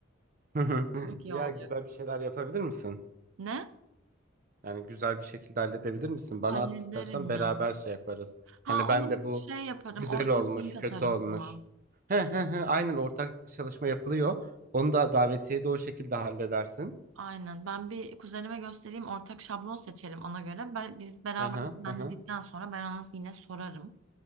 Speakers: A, on the right; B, on the right.
A: <laughs>
B: <laughs> Çok iyi
A: Ya
B: olacak.
A: güzel bir şeyler yapabilir misin?
B: Ne?
A: Yani güzel bir şekilde halledebilir misin?
B: Hallederim
A: Bana at istersen beraber
B: ya.
A: şey yaparız.
B: Ha
A: Hani
B: onu
A: ben de bu
B: şey yaparım
A: güzel
B: ortak
A: olmuş,
B: link
A: kötü
B: atarım
A: olmuş.
B: sana.
A: He he he aynen ortak çalışma yapılıyor. Onu da davetiye de o şekilde halledersin.
B: Aynen ben bir kuzenime göstereyim ortak şablon seçelim ona göre. Ben, biz beraber
A: Hı hı
B: düzenledikten
A: hı. hı.
B: sonra ben ona yine sorarım.